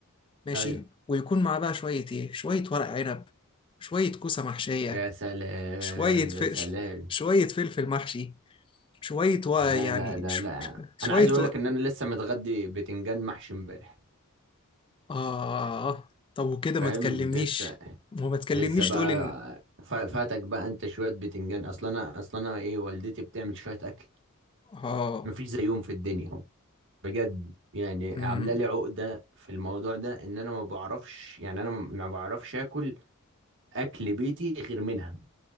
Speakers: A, on the left; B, on the right.
A: ماشي
B: ايوه
A: ويكون معاه بقى شوية ايه شوية ورق عنب شوية كوسة محشية
B: يا سلام
A: شوية ف...
B: يا
A: ش-
B: سلام
A: شوية فلفل محشي شوية و...
B: لا
A: يعني
B: لا لا
A: ش...
B: لا
A: شوية
B: انا عايز اقول
A: و...
B: لك ان انا لسه متغدي بتنجان محشي امبارح
A: آه طب وكده ما
B: فاهم
A: تكلمنيش
B: لسه
A: وما تكلمنيش
B: لسه بقى
A: تقولي إن
B: ف- فاتك بقى انت شويه بتنجان اصلا انا اصلا انا ايه والدتي بتعمل شويه اكل
A: آه
B: مفيش زيهم في الدنيا بجد يعني
A: أمم،
B: عامله لي عقده في الموضوع ده ان انا ما بعرفش يعني انا ما بعرفش اكل اكل بيتي غير منها